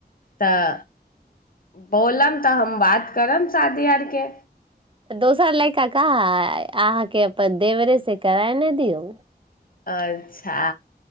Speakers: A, on the left; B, on the right.
A: तऽ बोलब तऽ बात करब शादी आरके
B: तऽ दोसर लड़का कह अहाँके अपन देवरेसँ कराय नहि दियौ
A: अच्छा